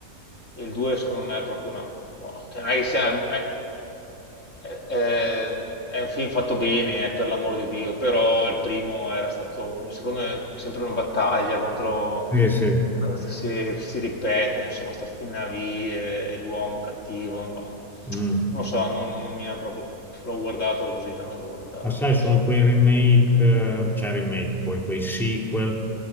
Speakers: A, on the left; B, in the centre.
A: eh, il 2 secondo me è proprio una... boh, cioè non è che sia... è- è- è- è un film fatto bene, eh, per l'amor di Dio, però il primo era stato, secondo me, sempre una battaglia contro
B: sì, sì.
A: si, si ripete, insomma, sta stinavie e l'uomo cattivo, ma non
B: mm.
A: lo so, non, non- non mi ha proprio, l'ho guardato così tanto da guardarlo,
B: Ma sai, sono
A: insomma.
B: quei remake, eh, cioè remake, poi quei sequel